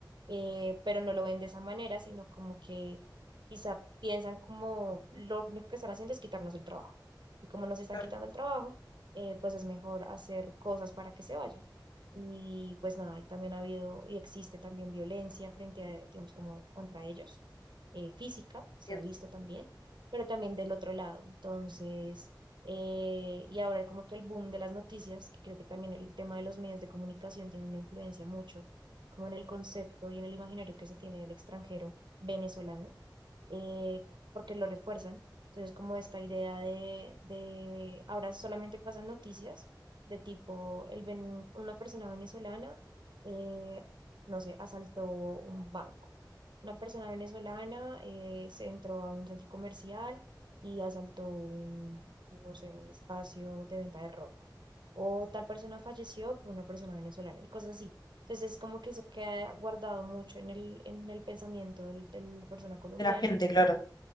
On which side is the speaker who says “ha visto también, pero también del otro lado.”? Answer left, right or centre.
Right